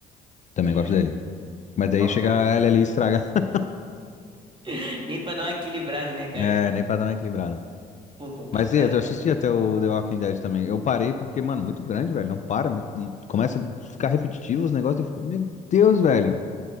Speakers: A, on the left (about 40°); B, on the right (about 25°).
A: Também
B: E
A: gosto dele. Mas daí
B: ó,
A: chega ela ali e estraga. <laughs>
B: <laughs> nem pra dar uma equilibrada, né, cara?
A: É, nem pra dar uma equilibrada.
B: Pô, complicado,
A: Mas e, aí, eu
B: cara.
A: assisti até o The Walking Dead também. Eu parei porque, mano, muito grande, velho. Não para. E começa a ficar repetitivo os negócios e fica, meu Deus, velho.